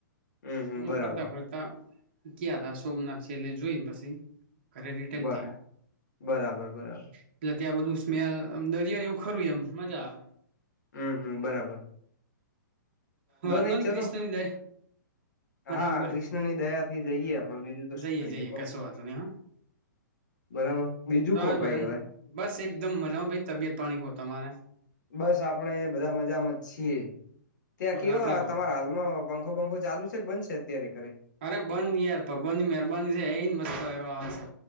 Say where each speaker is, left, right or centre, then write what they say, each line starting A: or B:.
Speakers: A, on the left; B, on the right.
A: હમ હમ
B: અમે
A: બરાબર
B: ફરતા ફરતા. કયા તા સોમનાથ છે એટલે જોઈને પછી ઘરે રિટર્ન
A: બ
B: થયા
A: બરાબર બરાબર.
B: એટલે ત્યાં બધું સ્મેલ આમ દરિયો જેવું ખરું એમ મજા આવે.
A: હમ્મ હમ્મ બરાબર.
B: વાંધો
A: નહી
B: નઈ
A: ચલો
B: ક્રિષ્ણની દ બરાબર
A: હા કૃષ્ણની દયાથી જઈએ આપણે બીજું તો શું
B: જઈએ
A: કરીએ
B: જઈએ
A: કો
B: કશો વાતો નહી
A: બરાબર બીજું
B: હાાર
A: કો ભાઈ હવે
B: બસ એકદમ મજા ભ તબિયત પાણી ક તમારે.
A: બસ આપણેે બધા મજામાં છીએ. ત્યાં કેવા
B: આપડે ભાવ
A: તમારા હાલમાં પંખો પંખો ચાલુ છે કે બનશે અત્યારે કરી?
B: અરે બંધ યાર ભગવાન ની મહેરબાની છે એ મસ્તો કરવાવા આવે છે.